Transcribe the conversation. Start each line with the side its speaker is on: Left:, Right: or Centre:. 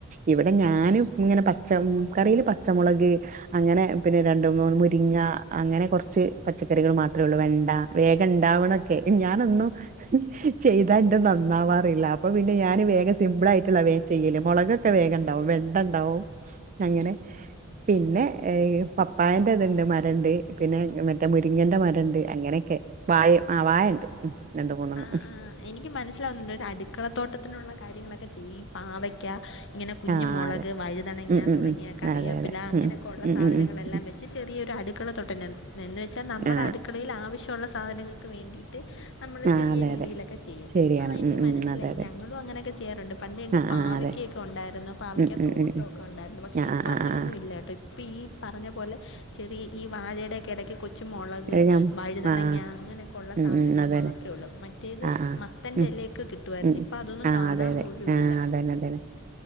Right: ഇവിടെ ഞാനും ഇങ്ങനെ പച്ച കറിയില് പച്ചമുളക് അങ്ങനെ പിന്നെ രണ്ട് മൂന്ന് മുരിങ്ങ അങ്ങനെ കുറച്ച് പച്ചക്കറികൾ മാത്രേ ഉള്ളൂ വെണ്ട വേഗം ഉണ്ടാവണ ക്കെ ഞാനൊന്നു ചെയ്താന്റെ നന്നാവാറില്ല അപ്പൊ പിന്നെ ഞാന് വേഗം സിമ്പിൾ ആയിട്ടുള്ള വേം ചെയ്യൽ മുളക് ഒക്കെ വേഗം ഉണ്ടാവും വെണ്ട ഉണ്ടാവും അങ്ങനെ പിന്നെ പപ്പായന്റെ ഇതുണ്ട് മരണ്ട് പിന്നെ മറ്റേ മുരിങ്ങന്റെ മരം ഉണ്ട് അങ്ങനെയൊക്കെ വായ ആ വായ ഉണ്ട് രണ്ട് മൂന്നണം
Left: ആഹ് ആഹ് എനിക്ക് മനസ്സിലാവുന്നുണ്ട് ഒരു അടുക്കളത്തോട്ടത്തിനുള്ള കാര്യങ്ങളൊക്കെ ചെയ്യ് പാവയ്ക്ക ഇങ്ങനെ കുഞ്ഞു
Right: ആ
Left: മുളക്
Right: അതെ
Left: വഴുതണങ്ങിയ
Right: ഉം ഉം
Left: തുങ്ങിയ
Right: ഉം
Left: കറിയപ്പില
Right: അതെ അതെ
Left: അങ്ങനെയൊക്കെ
Right: ഉം
Left: ഉള്ള
Right: ഉം
Left: സാധനങ്ങളെല്ലാം
Right: ഉം ഉം ഉം.
Left: വെച്ച് ചെറിയൊരു അടുക്കള തൊട്ടന്ന എന്ന് വെച്ചാൽ നമ്മുടെ
Right: ആ
Left: അടുക്കളയിൽ ആവശ്യമുള്ള സാധനങ്ങൾക്ക് വേണ്ടിയിട്ട്
Right: ആ
Left: ചെറിയ
Right: അതെ
Left: രീതിയിലൊക്കെ
Right: അതെ
Left: ചെയ്യും
Right: ശരിയാണ്
Left: ആ എനിക്ക്
Right: ഉം ഉം
Left: മനസിലായി
Right: അതെ അതെ
Left: ഞങ്ങളും അങ്ങനെയൊക്കെ ചെയ്യാറുണ്ട് പണ്ട്
Right: ആ
Left: പാവയ്ക്ക
Right: ആ അതെ
Left: ഉണ്ടായിരുന്നു പാവയ്ക്ക
Right: ഉം ഉം
Left: തോട്ടമൊക്കെ
Right: ഉം ഉം
Left: ഉണ്ടായിരുന്നു പക്ഷെ
Right: ആ
Left: ഇപ്പൊ
Right: ആ ആ
Left: അങ്ങനെന്നും
Right: ആ
Left: ഇല്ല ട്ടോ ഇപ്പൊ ഈ പറഞ്ഞ പോലെ ചെറിയ ഈ വാഴയുടെൊക്കെ ഇടക്ക് കൊച്ചു മുളക്
Right: അത് ഞാൻ
Left: വഴുതണങ്ങ
Right: ആ
Left: അങ്ങനെയൊക്കെ ഉള്ള
Right: ഉം
Left: സാധനങ്ങൾ
Right: ഉം അതന്നെ
Left: മാത്രം. അത്ര ഉള്ളൂ മറ്റേത്
Right: ആ ആ
Left: മത്തൻ്റെലേൊക്കെ
Right: ഉം
Left: കിട്ടുവായിരുന്നു
Right: ഉം
Left: ഇപ്പം അതൊന്നും
Right: ആ
Left: കാണാൻ
Right: അതെ അതെ
Left: പോലും
Right: ആ
Left: ഇല്ല
Right: അതന്നെ അതന്നെ